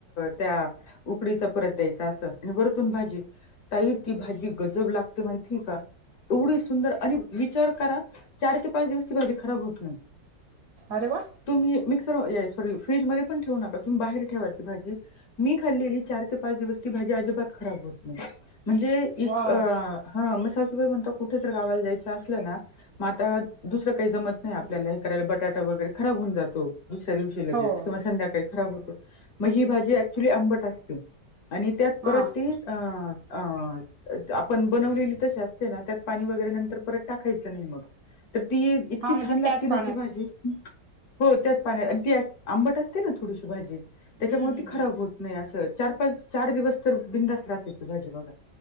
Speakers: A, on the left (about 65°); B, on the right (about 70°).
A: त्या उकडीचा परत द्यायचा अस आणि वरतून भाजी. ताई ती भाजी गजब लागते माहितीय का? एवढी सुंदर आणि विचार करा चार ते पाच दिवस ती भाजी खराब होत नाय.
B: अरे वा.
A: तुम्ही मिक्सर सॉरी फ्रीज मध्ये पण ठेवू नका तुम्ही बाहेर ठेवा ती भाजी मी खाल्लेली चार ते पाच दिवस ती भाजी अजिबात खराब होत नाही म्हणजे एक
B: वाव
A: अ हा मग सासुबाई म्हणतात कुठे तर गावायला जायचं असलं ना मग आता दुसरं काही जमत
B: हम्म
A: नाही आपल्याला करायला बटाटा वगैरे खराब होऊन जातो दुसऱ्या दिवशी लगेच
B: हो हो
A: किंवा संध्याकाळी खराब होतो मग ही भाजी अऍक्च्युली आंबट असते आणि त्यात परत
B: हा
A: ती अ अ आपण बनवलेली तशी असते ना त्यात पाणी वगैरे नंतर परत टाकायचं नाही मग तर ती इतकी
B: हा म्हणजे
A: छान लागती
B: त्याच
A: ना
B: पाण्यात
A: ती भाजी हो त्याच पाण्यात आणि ती आंबट असते ना थोडीस भाजी
B: हम्म
A: त्याच्यामुळेती
B: हम्म
A: खराब
B: हम्म
A: होत नाही असं चार पाच चार दिवस तर बिंदास राहते ती भाजी बघा.